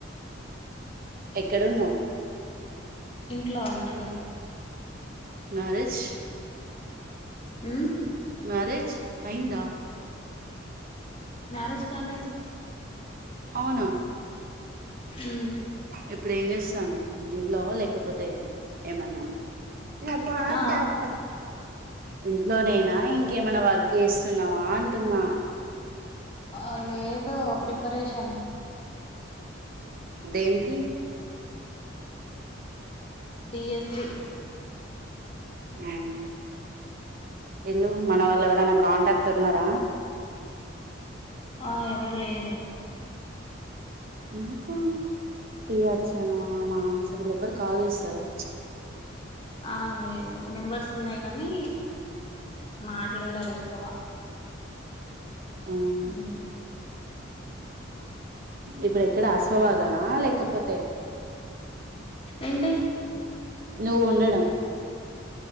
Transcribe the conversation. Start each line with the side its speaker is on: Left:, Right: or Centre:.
Right: ఎక్కడున్నావ్
Left: ఇంట్లో ఇంట్లో
Right: మ్యారేజ్
Left: ఊ
Right: మ్యారేజ్ అయిందా
Left: మ్యారేజ్ కాలేదు
Right: అవునా
Left: ఉమ్
Right: ఇప్పుడు ఏం చేస్తున్నావ్ ఇంట్లో నా లేకపోతే ఏమన్నా అ బాత
Left: ఆ
Right: త ఇంట్లోనేనా ఇంకేమైనా వర్క్ చేస్తున్నావా అ పుట్న్
Left: ఆ లేదు ప్రిపరేషన్
Right: దేనికి
Left: డిఎస్సి
Right: ఆ ఇల్లు మన వాళ్ళు ఎవరైనా కాంటాక్ట్ తొందర
Left: ఆ ఎవరు లేరు
Right: ఎందుకో ఫచ్చ మానస వీళ్ళు ఎవ్వరు కల్ చేస్తాలే
Left: ఆ లేదు నెంబర్స్ ఉన్నాయి కానీ మాట్లాడారు ఎక్కువ
Right: అవును
Left: అ
Right: ఇప్పుడు ఎక్కడ ఆశ్వవాదునా లేకపోతే
Left: ఏంటి
Right: నువ్వు ఉండడం